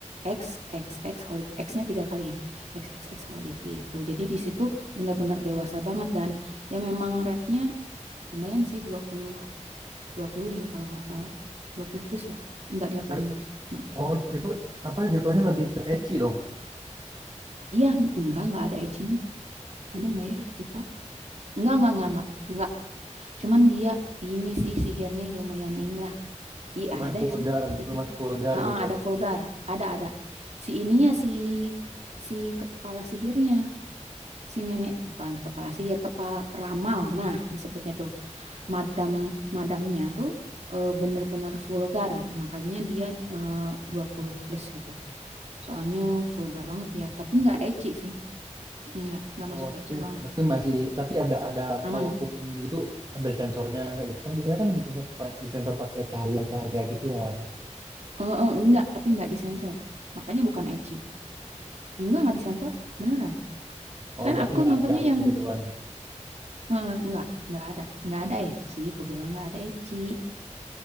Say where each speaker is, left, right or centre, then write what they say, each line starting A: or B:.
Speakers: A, on the right; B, on the right.
A: XXX holic. X-nya tiga kali ya. XXX holic gitu. Jadi di situ benar-benar dewasa banget dan ya memang rate-nya lumayan sih dua puluh dua puluh ya kalau nggak salah. dua puluh plus lah. Enggak 18.
B: Eh,
A: Mm-mm.
B: Oh, itu apa jatuhnya lebih ke ecchi dong.
A: Iya, enggak enggak ada ecinya. Ada nggak ya? Lupa. Enggak, enggak, enggak, enggak. Enggak. Cuman dia ini sih sihirnya lumayan inilah Iya
B: Lumayan
A: ada
B: vulgar,
A: sih sedikit.
B: lumayan vulgar
A: Ah,
B: gitu.
A: ah, ada vulgar, ada ada. Si ininya si si kepala sihirnya, si nenek bukan kepala sihir, kepala peramal. Nah disebutnya tuh madam madamnya tuh eh, bener-bener vulgar, makanya dia eh, dua puluh plus gitu. Soalnya vulgar banget ya, tapi nggak ecchi sih, nggak nggak masuk
B: Oh, tapi
A: ecchi banget,
B: tapi masih tapi ada ada
A: aman.
B: kalaupun gitu ada sensornya nggak gitu kan biasanya kan disensor pa- disensor pakai cahaya-cahaya gitu kan.
A: Eh, eh, nggak, tapi nggak disensor, makanya bukan ecchi. Enggak nggak disensor, beneran.
B: Oh,
A: Kan
B: berarti
A: aku
B: nggak
A: nontonnya
B: nggak ada yang
A: yang
B: begitu kan.
A: Eh, nggak, nggak ada, nggak ada Eci. Aku bilang nggak ada Eci.